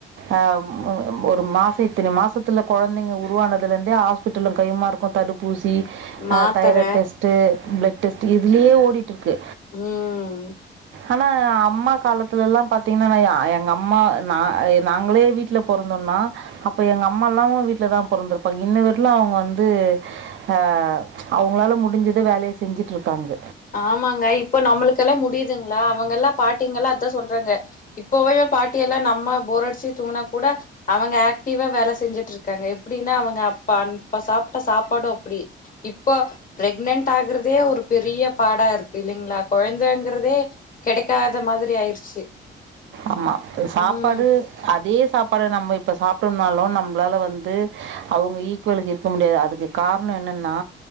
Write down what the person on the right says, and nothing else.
அ ஒரு மாச இத்தினி மாசத்துல குழந்தைங்க உருவானதுலந்தே ஹாஸ்பிட்டலுங் கையுமா இருக்கு தடுப்பூ சி
அ தைராய்ட் டெஸ்ட் பிளெட் டெஸ்ட் இதுலயே ஓடிட் ட்ருக்கு
ஆனா அம்மா காலத்துலலெல்லா பாத்தீங்கன்னா நா என் எங்க அ ம்மா நா நாங்களே வீட்ல பொறந்தோன்னா அப்போ எங்க அம்மா எல்லாவு வீட்லதா பொறந்துருப்பாங்க இன்னு வரைலு அவுங்க வந்து அ ப்ச் அவுங்களால முடிஞ்சத வேலைய செஞ்சுட்டு இருக்காங்க
ஆமா சாப்பாடு
அதே சாப்பாடு நம்ம இப்ப சாப்பிட்டோம்னாலு நம்மளால வந்து அவுங்க ஈக்குவலுக்கு இருக்க முடியாது அதுக்கு காரணோ என்னன்னா